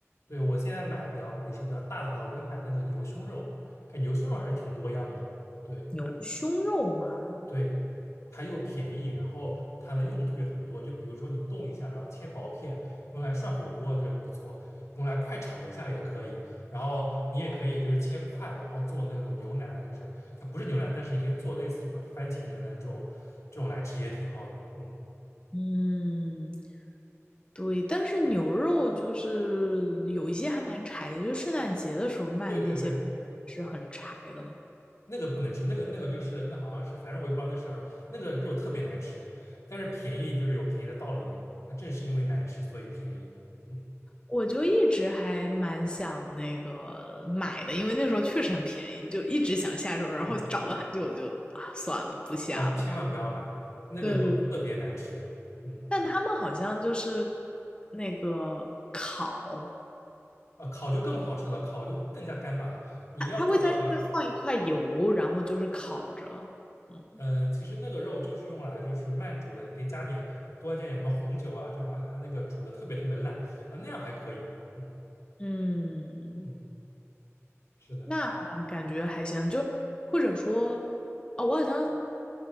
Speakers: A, on the left; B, on the left.
A: 对，我现在买比较，比如说比较大的话，我会买那个牛胸肉，看牛胸肉还是挺多样的。对。
B: 牛胸肉嘛，
A: 对，它又便宜，然后它的用途也很多。就比如说你冻一下，然后切薄片，用来涮火锅就不错，用来快炒一下也可以。然后你也可以就是切块，然后做那种牛腩，就是它不是牛腩，但是你可以做类似什么番茄牛腩这种这种来吃也挺好的。嗯，
B: 嗯，对，但是牛肉就是有一些还蛮柴的，就是圣诞节的时候卖的那些
A: 对对对，
B: 是很柴的嘛。
A: 那个不能吃，那个那个就是那好像是，反正我也不知道那是啥肉，那个肉特别难吃，但是便宜就是有便宜的道理嘛。它正是因为难吃，所以便宜。嗯
B: 我就一直还蛮想那个买的，因为那时候确实很便宜，就一直想下手，然后找了很久就，
A: 嗯。
B: 啊算了，不下了。
A: 啊，千万不要买，那个肉特别难吃。
B: 对对，
A: 嗯，
B: 但他们好像就是那个烤，
A: 啊，烤就更不好吃了，烤就更加干巴了。你要做的话，
B: 他他会在这放一块油，然后就是烤着。嗯
A: 嗯、其实那个肉就是用来就是慢煮的，你可以加点多加点什么红酒啊，就是把它那个煮的特别特别烂啊，那样还可以。嗯
B: 嗯，
A: 嗯，是的，
B: 那感觉还行，就或者说，哦，我好像